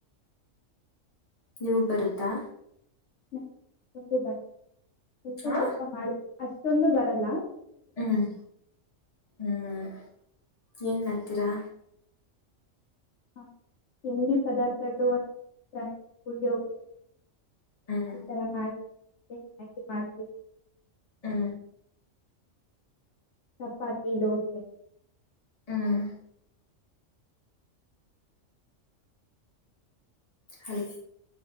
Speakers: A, on the left; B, on the left.
A: ನಿಮಗ್ ಬರುತ್ತಾ
B: ಹ ಒಂದು ಬರ ಸ್ವಲ್ಪ
A: ಹಾ
B: ಸ್ವಲ್ಪ ಮಾಡ ಅಷ್ಟೊಂದು ಬರ ಲ್ಲಾ
A: ಹ್ಮ್ ಹ್ಮ್ ಏನ್ ಮಾಡ್ತೀರಾ
B: ಹಾ ತಿಂಡಿ ಪದಾರ್ಥಗಳು <unintelligible>
A: ಹ್ಮ್
B: ಈತರ ಮಾಡ ಮತ್ತೆ ಮ್ಯಾಗಿಮಾಡ್ತೀವಿ
A: ಹಾ
B: ಚಪಾತಿ ದೋಸ
A: ಹ್ಮ್ ಹಲೋ